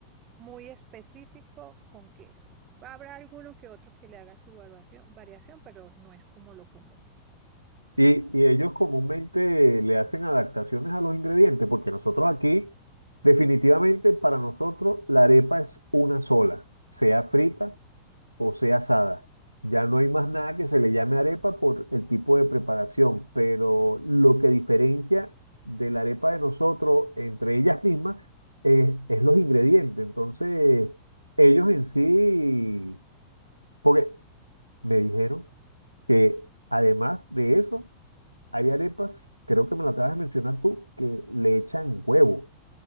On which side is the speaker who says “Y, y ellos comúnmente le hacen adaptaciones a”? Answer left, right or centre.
Right